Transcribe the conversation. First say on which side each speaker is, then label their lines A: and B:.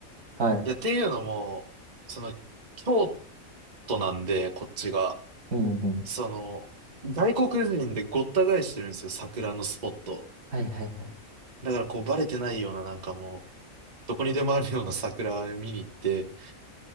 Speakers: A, on the right (about 80°); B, on the right (about 35°).
A: はい。
B: いや、っていうのも、その、京都なんで、こっちが。
A: うんうん。
B: その、外国人でごった返してるんですよ、桜のスポット。
A: はいはいはい。
B: だからこうバレてないようななんかもう、どこにでもあるような桜見に行って、